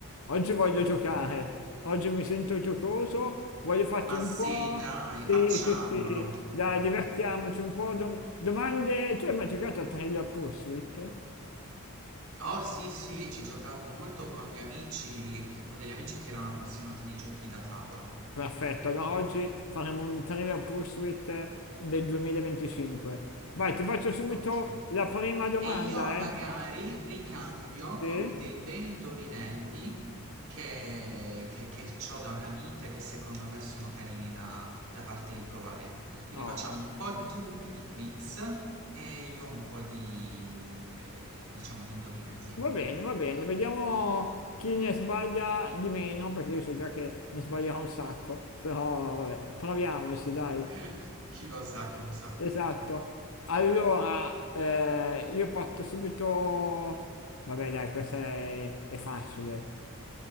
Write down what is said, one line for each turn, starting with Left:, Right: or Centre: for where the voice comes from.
Left: Oggi voglio giocare, oggi mi sento giocoso, voglio farti
Right: Ma
Left: un
Right: sì,
Left: po'.
Right: dai,
Left: Sì,
Right: facciamolo.
Left: sì, sì, dai, divertiamoci un po'. dom- domande, tu hai mai giocato a Trivial Pursuit?
Right: Oh sì, sì, ci giocavo molto con gli amici, con degli amici che erano appassionati di giochi da tavolo.
Left: Perfetto, allora oggi faremo un Trivial Pursuit eh, del 2025. Vai, ti faccio subito
Right: Ok.
Left: la prima domanda,
Right: E io magari
Left: eh?
Right: ricambio
Left: Sì?
Right: con dei bei indovinelli che, che, che ho da una vita e che secondo me sono carini da, da farti riprovare. Quindi
Left: Oh,
Right: facciamo un po' tu di quiz e io un po' di, eh, diciamo, di indovinelli.
Left: va bene, va bene, vediamo chi ne sbaglia di meno, perché io so già che ne sbaglierò un sacco, però vabbè, proviamoci, dai.
Right: <laughs> Chi lo sa, chi lo sa.
Left: Esatto. Allora, eh, io parto subito... Vabbè, dai, questa è, è facile.